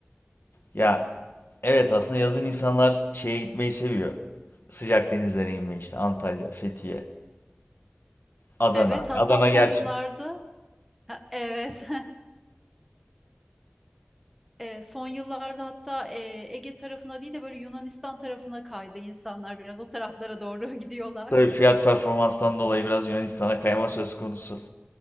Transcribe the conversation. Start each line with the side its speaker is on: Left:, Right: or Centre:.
Left: Ya evet aslında yazın insanlar şeye gitmeyi seviyor. Sıcak denizlere inmeyi işte Antalya, Fethiye, Adana.
Centre: Evet, hatta
Left: Adana
Centre: son
Left: gerçi
Centre: yıllarda Ha, evet. <laughs> E, son yıllarda hatta e, Ege tarafına değil de böyle Yunanistan tarafına kaydı insanlar biraz o taraflara doğru <laughs> gidiyorlar.
Left: tabii fiyat performanstan dolayı biraz Yunanistan'a kayma söz konusu.